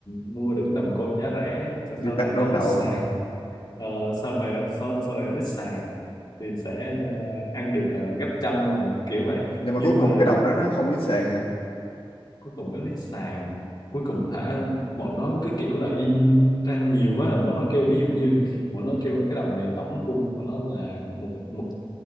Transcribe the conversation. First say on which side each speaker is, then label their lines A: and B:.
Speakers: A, on the left; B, on the left.
A: mua được cái đồng coin giá rẻ rồi
B: đi
A: sau này
B: tắt đón
A: nó lít
B: đầu
A: sàn
B: à.
A: Ờ, sau này nó sau, sau này nó lít sàn thì sẽ ờ, ăn được ờ, gấp trăm lần kiểu
B: ừ.
A: vậy
B: nhưng mà
A: nhưng
B: cuối cùng
A: mà
B: cái đồng đó nó không lít sàn hả
A: cuối cùng nó lít sàn cuối cùng hả bọn nó cứ kiểu là in ra nhiều á bọn nó kêu ví dụ như bọn nó kêu cái đồng này tổng cung của nó là một một